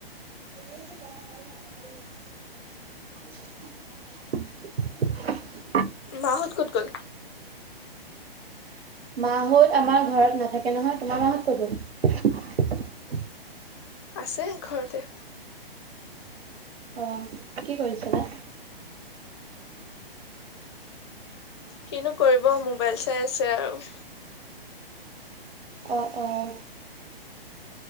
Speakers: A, on the right (about 85°); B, on the left (about 30°).
A: <inaudible>
B: মাহঁত ক'ত গ'ল।
A: মাহ'ত আমাৰ ঘৰত নাথাকে নহয় তোমাৰ মা হত ক'ত গ'ল।
B: আছে ঘৰতে।
A: অ' কি কৰিছিলা।
B: কিনো কৰিব মোবাইল চাই আছে আৰু।
A: অ' অ'